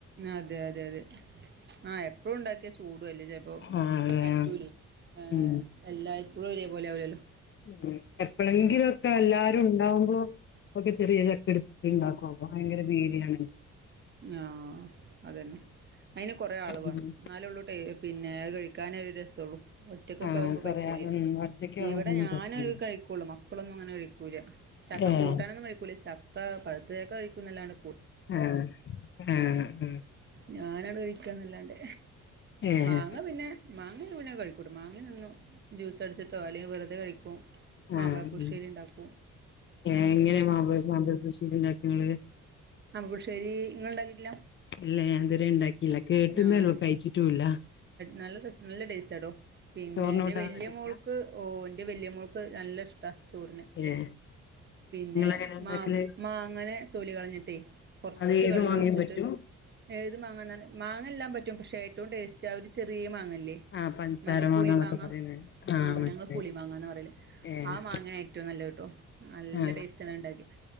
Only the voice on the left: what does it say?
അതെ
ഉം
ഉം. എപ്പോളെന്കിലും ഒക്കെ എല്ലാരും ഉണ്ടാവുമ്പോ ഒക്കെ ചെറിയ ചക്കടുപ്പി ഉണ്ടാക്കും. അപ്പൊ ഭയങ്കര പേടിയാണ്
ഉം
ആഹ്
പറയാ
ഉം ഒറ്റക്ക് ആവുമ്പോ
രസാണ്
ഏഹ്
ആഹ് ആഹ് ഉ
ഏഹ്
ആഹ്,
ഏ എങ്ങനെയ മാമ്പ മാമ്പഴ പുളിശേരി ഉണ്ടാക്കെ ങ്ങള്.
ഇല്ല ഞാൻ ഇതുവരെ ഉണ്ടാക്കില്ല. കേട്ടുന്നള്ളൂ,
കഴിച്ചിട്ടുംല്ല.
ചോറിന്
കൂട്ടാൻ
നല്ല ടേസ്റ്റാ
ഏഹ്
നിങ്ങളെങ്ങനെ ഉണ്ടാക്കല്
അത് ഏത്
മാങ്ങയും
പറ്റും
ആഹ് പഞ്ചസാര
മാങ്ങന്നൊക്കെ
പറയുന്നേ
മനസ്സിലായി
ഏഹ്
ആഹ്